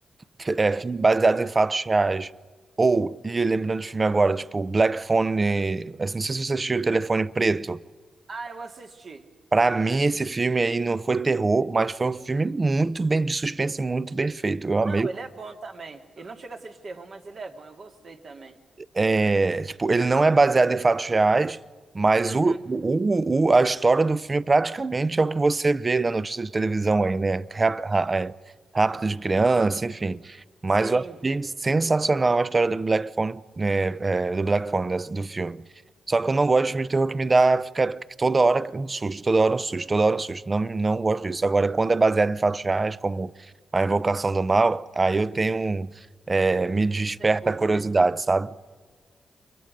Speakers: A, on the right; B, on the right.
A: f- é,
B: Hum.
A: filme baseado em fatos reais. Ou, e lembrando de filme agora, tipo, Black Phone, assim, não sei se você assistiu o Telefone Preto.
B: Ah, eu assisti.
A: Pra mim, esse filme aí não foi terror, mas foi um filme muito bem de suspense, e muito bem feito. Eu amei
B: Não, ele é bom também. Ele não chega a ser de terror, mas ele é bom. Eu gostei também.
A: é, tipo, ele não é baseado em fatos reais, mas
B: Uhum.
A: o, o, o- a história do filme praticamente é o que você vê na notícia de televisão aí, né? Rap- ra- é, Rápido de criança, enfim. Mas
B: Sim.
A: eu achei sensacional a história do Black Phone, né, é, do Black Phone, dessa- do filme. Só que eu não gosto de filme de terror que me dá, fica que toda hora um susto, toda hora um susto, toda hora um susto. Não, não gosto disso. Agora, quando é baseado em fatos reais, como A Invocação do Mal, aí eu tenho, um- é, me desperta
B: Aí você curte,
A: a curiosidade,
B: né?
A: sabe?